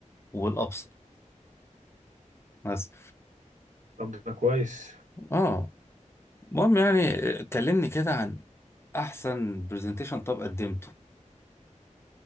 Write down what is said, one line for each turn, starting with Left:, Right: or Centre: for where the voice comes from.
Left: والأبسط بس
Right: طب ده كويس
Left: اه المهم يعني آه، كلمني كده عن احسن برزنتيشن طب قدمته